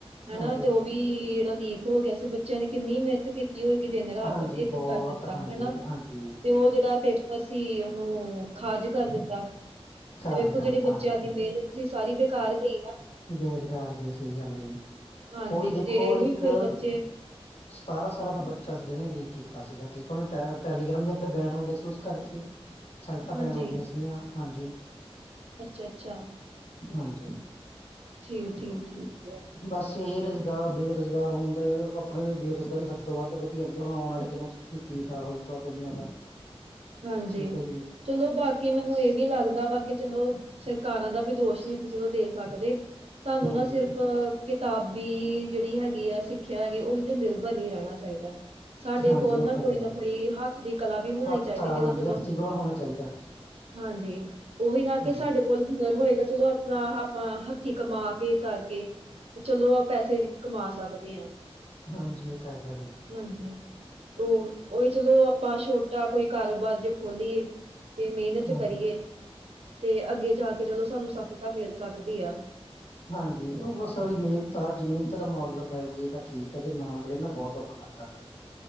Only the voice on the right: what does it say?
ਹਨਾ ਤੇ ਉਹ ਵੀ ਜਿਹੜਾ ਲੀਕ ਹੋ ਗਿਆ ਸੀ ਬੱਚਿਆਂ ਨੇ ਕਿੰਨੀ ਮਿਹਨਤ ਕੀਤੀ ਉਹ ਇੱਕ ਦਿਨ ਰਾਤ
ਇੱਕ
ਕਰ ਦਿੱਤਾ
ਹਨਾ
ਤੇ ਉਹ ਜਿਹੜਾ ਪੇਪਰ ਅਸੀਂ ਉਹਨੂੰ ਖਾਜ ਕਰ ਦਿੱਤਾ
ਤੇ ਵੇਖੋ
ਜਿਹੜੀ ਬੱਚਿਆਂ
ਦੀ ਮਿਹਨਤ ਜੀ ਸਾਰੀ ਬੇਕਾਰ ਗਈ ਨਾ
ਹਾਂਜੀ
ਤੇ ਇਹੀ
ਫਿਰ ਬੱਚੇ
ਹਾਂਜੀ
ਅੱਛਾ ਅੱਛਾ
ਠੀਕ ਠੀਕ ਠੀਕ ਹੈ
ਹਾਂਜੀ
ਚਲੋ ਬਾਕੀ ਮੈਨੂੰ ਇਹ ਵੀ ਲੱਗਦਾ ਬਾਕ ਚਲੋ ਸਰਕਾਰਾਂ ਦਾ ਵੀ ਦੋਸ਼ ਨਹੀਂ ਅਸੀਂ ਚਲੋ ਦੇ ਸਕਦੇ ਸਾਨੂੰ
ਨਾ ਸਿਰਫ ਕਿਤਾਬੀ ਜਿਹੜੀ ਹੈਗੀ ਆ ਸਿੱਖਿਆ ਹੈਗੀ ਉਹਦੇ ਤੇ ਨਿਰਭਰ ਨਹੀਂ ਰਹਿਣਾ ਚਾਹੀਦਾ ਸਾਡੇ
ਕੋਲ
ਨਾ
ਕੋਈ
ਨਾ
ਕੋਈ ਹੱਥ ਦੀ ਕਲਾ ਵੀ ਹੋਣਾ
ਜਿਸ
ਚਲੋ
ਹਾਂਜੀ ਉਹੀ ਨਾ
ਕਿ ਸਾਡੇ ਕੋਲ ਹੁਨਰ ਹੋਏਗਾ ਚਲੋ ਆਪਣਾ ਆਪਾਂ ਹੱਥੀਂ ਕਮਾ ਕੇ ਕਰਕੇ ਤੇ ਚਲੋ ਆਪ ਪੈਸੇ ਹੀ ਕਮਾ ਸਕਦੇ ਹ।
ਹਾਂਜੀ ਉਹ ਉਹੀ ਚਲੋ ਆਪਾਂ ਛੋਟੇ ਆ ਕੋਈ ਕਾਰੋਬਾਰ ਜੇ ਖੋਲੀਏ ਤੇ ਮਿਹਨਤ
ਕਰੀਏ ਤੇ ਅੱਗੇ ਜਾ ਕੇ ਚਲੋ ਸਾਨੂੰ ਸਫਲਤਾ ਮਿਲ ਸਕਦੀ ਆ
ਹਾਂਜੀ,